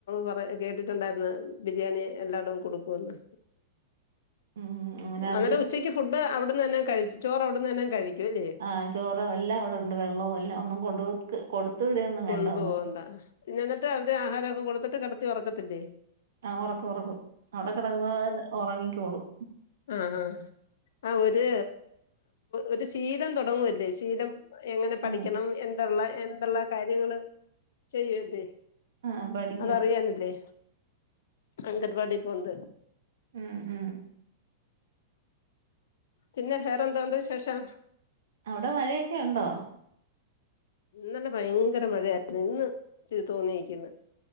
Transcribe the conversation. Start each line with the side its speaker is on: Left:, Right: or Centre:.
Left: പറ കേട്ടിട്ടുണ്ടായിന്ന് ബിരിയാണി എല്ലാടവും കൊടുക്കുന്ന്
Right: ഉം അങ്ങനെ
Left: അന്നരം
Right: അത്
Left: ഉച്ചയ്ക്ക് ഫുഡ് അവിടുന്ന് തന്നെ കഴിച്ചു ചോറ് അവിടുന്ന് തന്നെ കഴിക്കുംല്ലേ?
Right: ആ ചോറോ എല്ലാം അവിടെ ഉണ്ട് വെള്ളോ എല്ലാം ഒന്നും കൊണ്ട കൊ കൊടുത്തുവിടെയൊന്നും
Left: കൊണ്ടു
Right: വേണ്ടന്നു.
Left: പോകണ്ട പിന്നെ എന്നിട്ട് അവര് ആഹാരംൊക്കെ കൊടുത്തിട്ട് കിടത്തി ഉറക്കത്തില്ലേ?
Right: ആ ഉറക്കും ഉറക്കും അവിടെ കിടക്കുന്ന ചെലപ്പം ഉറങ്ങിക്കോളും.
Left: ആ ആ ആ ഒരു ഒരു ശീലം തുടങ്ങുവല്ലേ ശീലം. എങ്ങനെ പഠിക്കണം
Right: ഉം
Left: എന്തുള്ള എന്തുള്ള കാര്യങ്ങള്. ചെയ്യൂതെ
Right: ആഹ് പഠിക്കുവാ
Left: അതറിയാനല്ലേ. അങ്കൻവാടി പോനത്
Right: ഉം ഉം
Left: പിന്നെ ഹേറെന്താ ഉണ്ട് വി ശേഷം
Right: അവിടെ മഴയൊക്കെ ഉണ്ടോ?
Left: ഇന്നലെ ഭയങ്കര മഴയായിരുന്നു ഇന്ന് തോന്നിയിരിക്കുന്നു